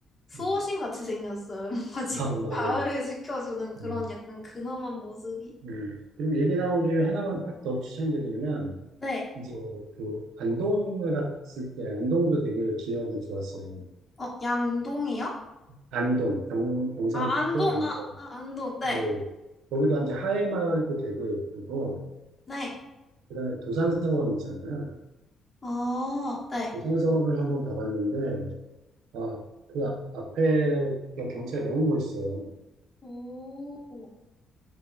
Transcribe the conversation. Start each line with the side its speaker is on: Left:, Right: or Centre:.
Left: 수호신
Right: 음.
Left: 같이 생겼어요. <laughs> 뭔가 지,
Right: 아, 맞아요.
Left: 마을을 지켜주는 그런
Right: 음.
Left: 약간 근엄한 모습이.
Right: 음. 그리고 얘기 나온 김에 하나만 딱 더 추천드리면,
Left: 네.
Right: 이제 그 안동을 갔을 때, 안동도 되게 기억이 좋았어요.
Left: 어 양동이요?
Right: 안동, 경, 경상북도
Left: 아, 안동,
Right: 안동.
Left: 아, 아, 안동. 네,
Right: 예. 거기도 이제 하회마을도 되게 예쁘고,
Left: 네.
Right: 그다음에 도산서원 있잖아요.
Left: 어, 네,
Right: 도산서원을 한번 가봤는데, 아, 그 아- 앞에 그 경치가 너무 멋있어요.
Left: 오,